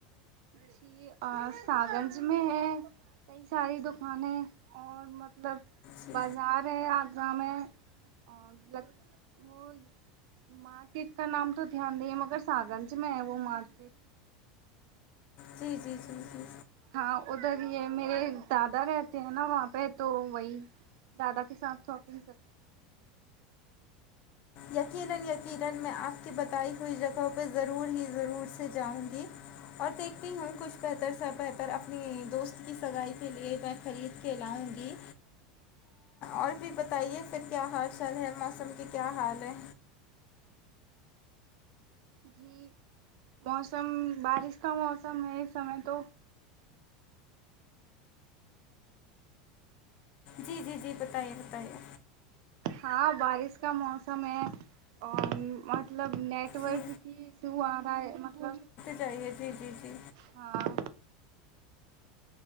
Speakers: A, on the right; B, on the left.
A: جی <unintelligible> سا گنج میں ہے کئی ساری دکانیں اور مطلب
B: جی
A: بازار ہے گاؤں میں اور وہ مارکیٹ کا نام تو دھیان نہیں ہے مگر ساگنج میں ہے وہ مارکیٹ
B: جی جی جی جی
A: ہاں ادھر یہ میرے دادا رہتے ہیں نا وہاں پہ تو وہی دادا کے ساتھ شاپنگ کر
B: یقینن یقینن میں آپ کی بتائی ہوئی جگہوں پہ ضرور ہی ضرور سے جاؤں گی اور دیکھتی ہوں کچھ بہتر سا بہتر اپنی دوست کی سگائی کے لیے میں خرید کھیلاؤں گی اور بھی بتائیے پھر کیا ہر سال ہے مس موسم کی کیا حال ہے
A: جی موسم بارش کا موسم ہے اس سمے تو
B: جی جی جی بتائیے بتائیے
A: ہاں بارش کا موسم ہے اور مطلب نیٹ نیٹ ورک
B: جی
A: کی سو آ رہا ہے مطلب
B: چاہیے جی جی جی
A: ہاں